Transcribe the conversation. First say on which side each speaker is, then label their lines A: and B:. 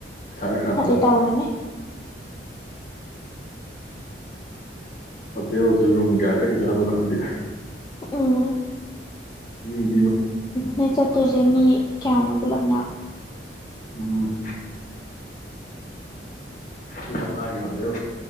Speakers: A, on the left; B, on the left.
A: ꯈꯔ ꯔꯝꯖ
B: ꯑꯗꯩ ꯇꯧꯔꯅꯤ
A: ꯍꯣꯇꯦꯜꯁꯨ ꯔꯨꯝ ꯀꯌꯥ ꯀꯔꯤꯖꯥꯠꯅꯣ ꯈꯪꯗꯦ
B: ꯑꯥ
A: ꯎꯝ
B: ꯅ ꯆ ꯇꯨꯁꯤꯦ ꯃꯤ ꯀꯌꯥꯅꯣ ꯄꯨꯜꯂꯞꯅ
A: ꯎꯝ ꯆꯍꯤ ꯃꯉꯥꯒꯤ ꯍꯣꯇꯦꯜ